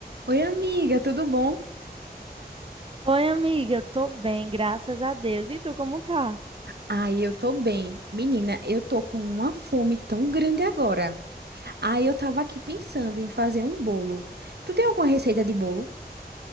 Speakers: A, on the right; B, on the right.
A: Oi, amiga, tudo bom?
B: Oi, amiga, eu tô bem, graças a Deus. E tu, como tá?
A: Ai, eu tô bem. Menina, eu tô com uma fome tão grande agora. Ai, eu tava aqui pensando em fazer um bolo. Tu tem alguma receita de bolo?